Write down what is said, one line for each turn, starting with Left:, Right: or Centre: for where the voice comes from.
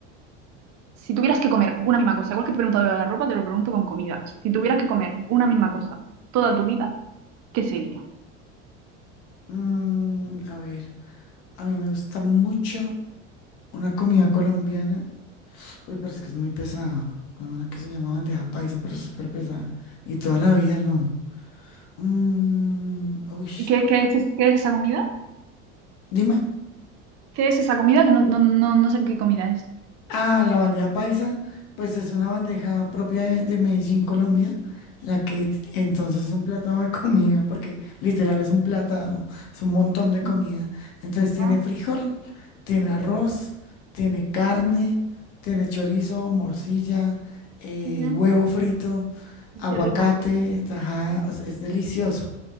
Right: si tuvieras que comer una misma cosa, igual que te he preguntado lo de la ropa, te lo pregunto con comida. Si tuvieras que comer una misma cosa toda tu vida, ¿qué sería?
Left: Mm, a ver, a mí me gusta mucho una comida colombiana. Uy, pero es que es muy pesada. Una que se llama bandeja paisa, pero es súper pesada. Y toda la vida no. Mm, uy,
Right: ¿Y qué, qué es, qué es esa comida?
Left: dime.
Right: ¿Qué es esa comida? Que no, no, no, no sé qué comida es.
Left: Ah, la bandeja paisa, pues es una bandeja propia de, de Medellín, Colombia, la que t- entonces es un platado de <laughs> comida, porque literal es un platado, es un montón de comida.
Right: Mm,
Left: Entonces tiene
Right: ah,
Left: frijol, tiene arroz, tiene carne, tiene chorizo, morcilla, eh,
Right: ujú,
Left: huevo frito, aguacate,
Right: Qué rico.
Left: tajada, o sea, es delicioso.